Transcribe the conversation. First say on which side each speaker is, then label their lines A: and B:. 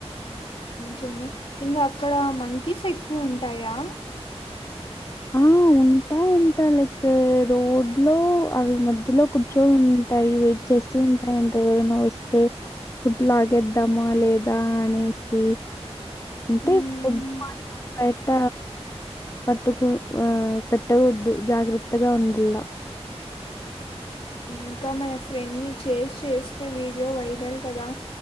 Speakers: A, on the left; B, on the left.
A: చెమే ఇంకా అక్కడ మంకీస్ ఎక్కువ ఉంటాయా.
B: ఆ ఉంటా ఎంట లైక్ రోడ్ లో అవి మధ్యలో కూర్చో. టాయి వెయిట్ చేస్తూ ఉంటాయి అంట ఎవరన్నా వస్తే. ఫుడ్ లాగేద్దామా లేదా అనేసి అంటే
A: ఉమ్
B: ఫుడ్ మాత్రం బయట పట్టుకు ఆ పెట్టకూడదు జాగ్రత్తగా ఉండల్లా
A: ఇంకా మన ఫ్రెండ్ని చేసి చేస్తే వీడియో వైరల్ కదా